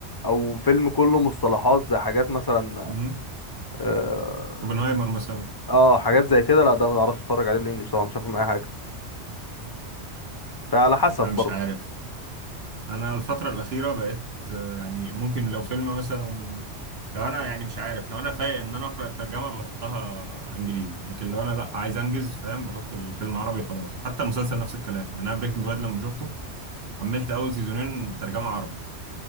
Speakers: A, on the left (about 30°); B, on the right (about 60°).
A: او فيلم كله مصطلحات زي حاجات مثلا
B: امم
A: اه,
B: اوبنهايمر مثلا
A: آه حاجات زي كده لا ده ما اعرفش اتفرج عليه بالانجلش طبعا مش هفهم اي حاجة فعلى حسب
B: أنا
A: برضه
B: مش عارف انا الفتره الاخيره بقيت آه، يعني ممكن لو فيلم مثلا لو انا يعني مش عارف لو انا فايق ان انا اقرا الترجمه بحطها انجليزي لكن لو انا لا عايز انجز فاهم بحط الفيلم عربي خلاص حتى المسلسل نفس الكلام يعني انا بريكنج
A: مم.
B: باد لما شفته حملت اول سيزونين ترجمه عربي